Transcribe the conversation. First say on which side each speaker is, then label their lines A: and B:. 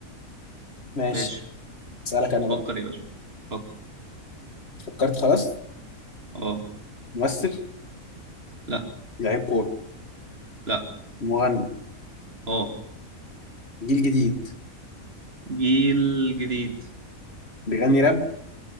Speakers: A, on the left; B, on the right.
A: ماشي
B: ماشي
A: اسالك انا بقى
B: فكر يا باشا فكر
A: فكرت خلاص
B: اه
A: ممثل
B: لا
A: لعيب كوره
B: لا
A: مغني
B: اه
A: جيل جديد
B: جيل جديد
A: بيغني راب